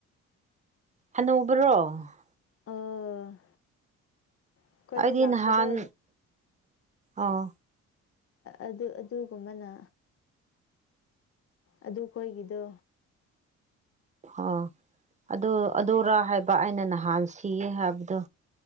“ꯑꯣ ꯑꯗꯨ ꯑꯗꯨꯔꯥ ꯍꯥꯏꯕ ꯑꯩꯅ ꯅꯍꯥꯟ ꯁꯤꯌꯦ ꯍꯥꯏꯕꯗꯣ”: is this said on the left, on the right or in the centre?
Right